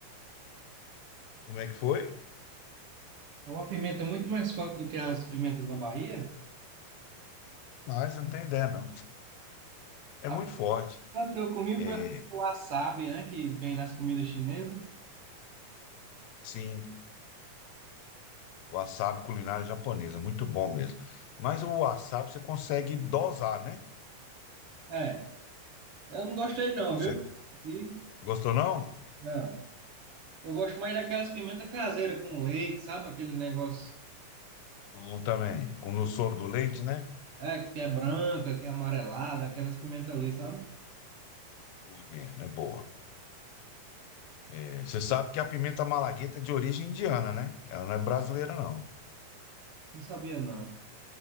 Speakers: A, on the left; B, on the right.
A: Como é que foi?
B: É uma pimenta muito mais forte do que as pimentas da Bahia.
A: Rapaz, você não tem ideia, não. É
B: A
A: muito forte.
B: primeira que eu comi
A: É,
B: foi o wasabi, né, que vem nas comidas chinesas.
A: sim, wasabi culinária japonesa, muito bom mesmo. Mas o wasabi você consegue dosar, né?
B: É. Eu não gostei não,
A: Você consegue.
B: viu? E,
A: Gostou, não?
B: não. Eu gosto mais daquelas pimentas caseiras com leite, sabe? Aquele negócio
A: Bom também. Com no soro do leite, né?
B: é, que é branca, que é amarelada, aquelas pimentas ali, sabe?
A: Boa mesmo, é boa. É, você sabe que a pimenta malagueta é de origem indiana, né? Ela não é brasileira, não.
B: Não sabia não.